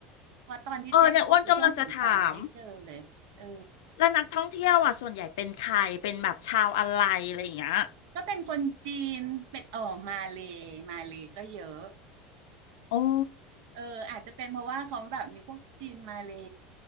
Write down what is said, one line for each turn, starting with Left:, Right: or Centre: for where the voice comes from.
Right: เพราะตอนที่เจ๊ไปช่วงสงกรานต์ไม่เจอเลยเออ
Left: เออเนี่ยอ้วนกำลังจะถามแล้วนักท่องเที่ยวอ่ะส่วนใหญ่เป็นใคร เป็นแบบชาวอะไรอะไรอย่างเงี้ย
Right: ก็เป็นคนจีนเป็นเออมาเลย์มาเลย์ก็เยอะ
Left: โอ้
Right: เอออาจจะเป็นเพราะว่าเขาแบบมีพวกจีนมาเลย